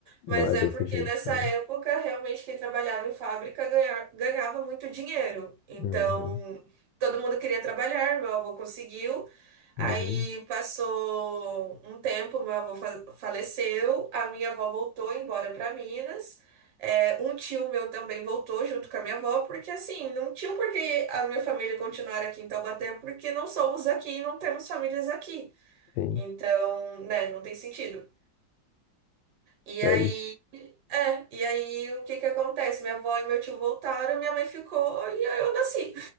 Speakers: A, on the left; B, on the right.
A: Não
B: Mas
A: é
B: é
A: desse
B: porque
A: jeito,
B: nessa
A: né?
B: época realmente quem trabalhava em fábrica ganha- ganhava muito dinheiro. Então,
A: Uhum.
B: todo mundo queria trabalhar, meu avô conseguiu.
A: Uhum.
B: Aí passou um tempo, meu avô fa- faleceu, a minha avó voltou embora para Minas. É, um tio meu também voltou junto com a minha avó, porque assim, não tinha por que a minha família continuar aqui em Taubaté, porque não somos daqui e não temos famílias aqui.
A: Sim.
B: Então, né, não tem sentido. E
A: É
B: aí,
A: isso.
B: é, e aí o que que acontece? Minha avó e meu tio voltaram, minha mãe ficou e aí eu nasci.